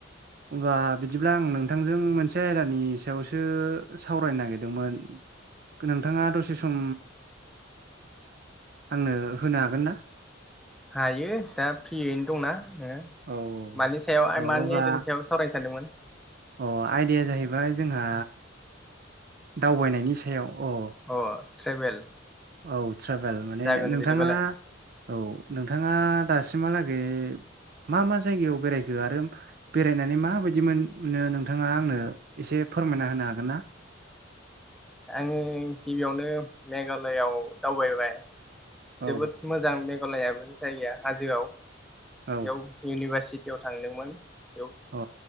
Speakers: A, on the right (about 50°); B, in the centre.
A: होब्ला बिदिब्ला आं नोंथांजों मोनसे आयदानि सायावसो सावरायनो नागिरदोंमोन। खो नोंथांङा दसे सम आंनो होनो हागोन ना?
B: हायो दा फ्रियैनो दंना।
A: औ
B: मानि सायाव
A: औ
B: मानि
A: होमब्ला
B: आयदानि सायाव सावरायनो सानदोंमोन।
A: अ आयदाया जाहैबाय जोंहा दावबायनायनि सायाव अ
B: अ ट्रेभेल
A: औ ट्रेभेल माने
B: जागोन
A: नोंथांङा
B: बिदिबालाय
A: औ नोंथाङा दासिमहालागै मा मा जायगायाव बेरायखो आरो बेरायनानै माबायदि मोनो नोंथाङा आंनो एसे फोरमायना होनो हागोन ना?
B: आङो गिबियावनो मेघालयआव दावबायबाय।
A: औ
B: जोबोद मोजां मेघालयाबो जायगाया हाजोआव बेयाव
A: अ
B: इउनिभारसिटियाव थांदोंमोन बेयाव
A: अ।